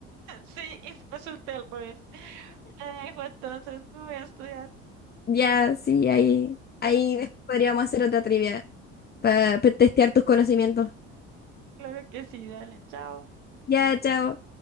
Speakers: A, on the right; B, on the left.
A: Sí, y resulté al revés. Te dejo entonces, me voy a estudiar.
B: Ya, sí, ahí,
A: Dale,
B: ahí después podríamos hacer otra trivia para testear tus conocimientos.
A: claro que sí, dale, chao.
B: Ya, chao.